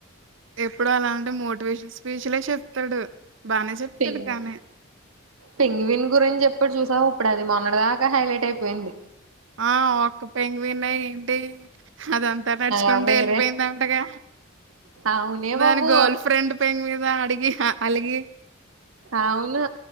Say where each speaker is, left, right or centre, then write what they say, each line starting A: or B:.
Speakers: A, on the right (about 60°); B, on the right (about 85°).
A: ఎప్పుడు అలాంటి మోటివేషన్ స్పీచ్లే చెప్తాడు బానే చెప్తాడు
B: పెంగ్
A: కానీ.
B: పెంగవిన్
A: హ్మ్.
B: గురించి చెప్ ఇప్పుడు చూసావు ఇప్పుడు అది మొన్నడి దాకా హైలైట్ అయిపోయింది
A: ఆ ఒక్క పెంగ్వినే ఏంటి అదంతా నడుచుకుంటే
B: ఆ వేరే
A: వెళ్ళిపోయింద అంటగా
B: అవునే బాబు
A: దాని గర్ల్ ఫ్రెండ్ పెంగ్ మీద అడిగి అ అలాగే
B: అవును